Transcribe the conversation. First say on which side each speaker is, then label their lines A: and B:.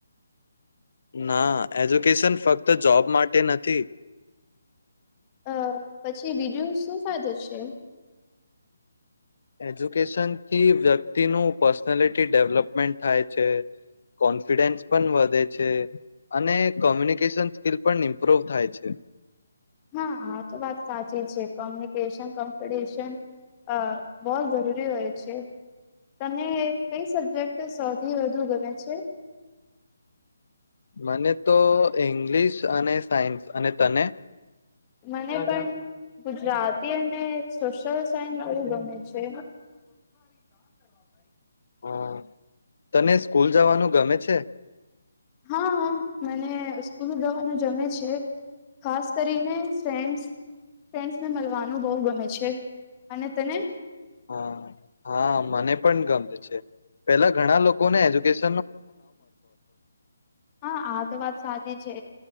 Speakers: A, on the left (about 50°); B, on the left (about 15°).
A: ના એજુકેશન ફક્ત જોબ માટે નથી.
B: અ પછી બીજું શું ફાયદો છે?
A: એજ્યુકેશનથી વ્યક્તિનું પર્સનાલિટી ડેવલપમેન્ટ થાય છે, કોન્ફિડન્સ પણ વધે છે, અને કોમ્યુનિકેશન સ્કિલ પણ ઇમ્પ્રુવ થાય છે.
B: હા આ તો વાત સાચી છે કોમ્યુનિકેશન કોમ્પશન હ બોહ જરૂરી હોય છે, તમને કઈ સબજેક્ટ સૌથી વધુ ગમે છે?
A: મને તો ઇંગ્લિશ અને સાયન્સ. અને તને?
B: મને પણ ગુ રાતી અને સોશયલ સાયન્સ ગમે છે.
A: હા તને સ્કૂલ જવાનું ગમે છે?
B: હા મને સ્કૂલ ગવાનું જમે છે ખાસ કરીને ફ્રેન્ ફ્રેન્ડસ ને મળવાનું બહ ગમે છે. અને તને?
A: હા હા મને પણ ગમે છે, પેલા ઘણા લોકોને એજ્યુકેન
B: હા આ તો વાત સાચી છે.